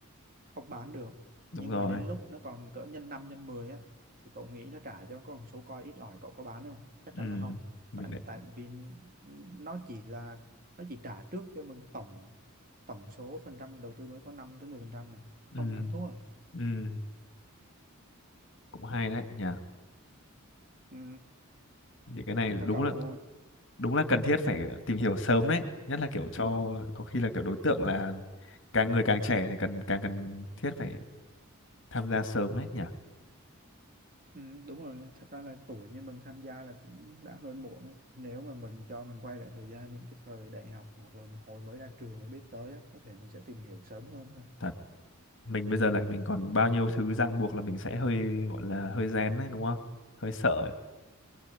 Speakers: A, on the right (about 40°); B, on the left (about 55°).
A: không bán được
B: đúng
A: nhưng
B: rồi
A: mà đến lúc nó còn cỡ nhân 5 nhân 10 á thì cậu nghĩ nó trả cho con số coi ít ỏi cậu có bán không chắc
B: ừ
A: chắn là không
B: mình
A: tại
B: lại
A: tại vì nó chỉ là nó chỉ trả trước cho mình tổng tổng số phần trăm mình đầu tư mới có 5 tới 10 phần trăm mà
B: ừ
A: không ăn thua à.
B: ừ cũng hay đấy nhỉ
A: ừ,
B: những cái này
A: nhưng
B: đúng
A: mà cậu
B: là đúng là cần thiết phải tìm hiểu sớm đấy nhất là kiểu cho có khi là kiểu đối tượng là càng người càng trẻ thì cần càng cần thiết phải tham gia sớm đấy nhỉ
A: ừ, đúng rồi thật ra là tuổi như mình tham gia là cũng đã hơi muộn đấy nếu mà mình cho mình quay lại thời gian những cái thời đại học hoặc là hồi mới ra trường mà biết tới á, có thể mình sẽ tìm hiểu sớm hơn
B: thật mình bây giờ là mình còn bao nhiêu thứ ràng buộc là mình sẽ hơi gọi là hơi rén đấy đúng không hơi sợ ấy.